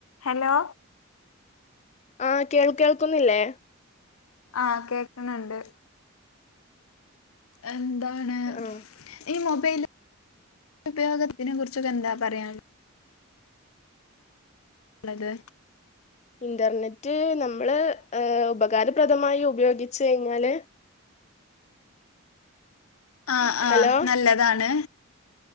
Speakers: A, on the left (about 80°); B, on the left (about 30°).
A: Hello
B: ആഹ കേൾ കേൾക്കുന്നില്ലേ
A: ആഹ് കേക്കുന്നുണ്ട് എന്താണ്
B: ആഹ്
A: ഈ മൊബൈല ഉപയോഗത്തിനെ കുുറിച്ചൊക്കെ എന്താ പറയാാന് ഒ ള്ളത്
B: ഇന്റർനെറ്റ് നമ്മള് ഉപകാര പ്രദമായി ഉപയോഗിച്ചു കഴിഞ്ഞാല്
A: ആ ആ
B: ഹലോ
A: നല്ലതാണ്